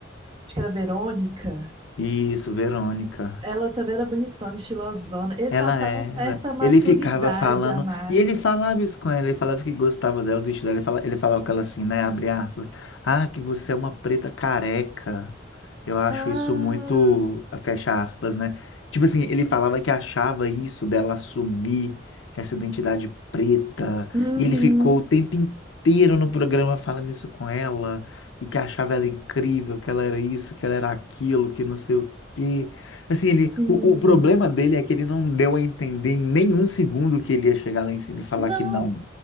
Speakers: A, on the right (about 30°); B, on the left (about 80°).
A: acho que era a Verônica,
B: Isso, Verônica.
A: ela também era bonitona, estilosona. Eles
B: Ela
A: passavam
B: era.
A: certa maturidade
B: Ele ficava falando,
A: a mais.
B: e ele falava isso com ela, ele falava que gostava dela, do estilo dela, ele falava, ele falava com ela assim, né, abre aspas, ah, que você é uma preta careca. Eu acho
A: Ah,
B: isso muito, fecha aspas, né? Tipo assim, ele falava que achava isso dela assumir essa identidade preta,
A: uhum,
B: e ele ficou o tempo inteiro no programa falando isso com ela, e que achava ela incrível, que ela era isso, que ela era aquilo, que não sei o quê. Assim, ele,
A: sim.
B: o, o problema dele é que ele não deu a entender em nenhum segundo que ele ia chegar lá em cima e falar
A: Não,
B: que não.